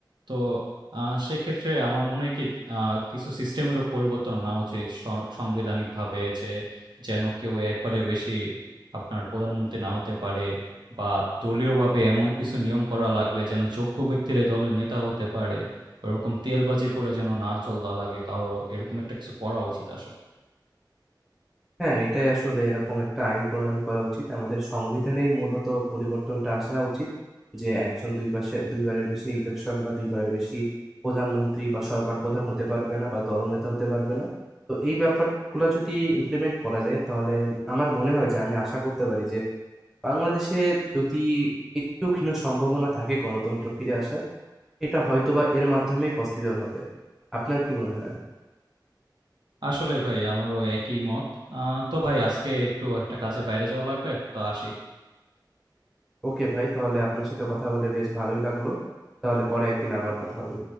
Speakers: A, on the right; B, in the centre.
A: তো আ সেক্ষেত্রে আমার মনে হয় কি আ কিছু সিস্টেমেরও পরিবর্তন আনা উচিত স সাংবিধানিকভাবে যে যেন কেউ একবারে বেশি আপনার প্রধানমন্ত্রী না হতে পারে। বা দলীয়ভাবে এমন কিছু নিয়ম করা লাগবে যেন যোগ্য ব্যক্তিরাই দলের নেতা হতে পারে ওরকম তেলবাজি করে যেন না চলা লাগে কারো এরকম একটা কিছু করা উচিত আসলে
B: হ্যাঁ, এটাই আসলে এরকম একটা আইন প্রণয়ন করা উচিত। আমাদের সংবিধানেই মূলত পরিবর্তনটা আসা উচিত। যে একজন ২ বাসে ২ বারের বেশি ইলেকশন বা ২ বারের বেশি প্রধানমন্ত্রী বা সরকার প্রধান হতে পারবে না বা দলনেতা হতে পারবে না। তো এই ব্যাপারগুলা যদি ইমপ্লিমেন্ট করা যায় তাহলে আমার মনে হয় যে আমি আশা করতে পারি যে বাংলাদেশে যদি একটু ক্ষীণ সম্ভাবনা থাকে গণতন্ত্র ফিরে আসার, এটা হয়তোবা এর মাধ্যমেই পসিবল হবে। আপনার কি মনে হয়?
A: আসলে ভাই আমারও একই মত আহ, তো ভাই আজকে একটু একটা কাজে বাইরে যাওয়া লাগবে তো আসি
B: ওকে ভাই, তাহলে আপনার সাথে কথা বলে বেশ ভালোই লাগলো। তাহলে পরে একদিন আবার কথা হবে।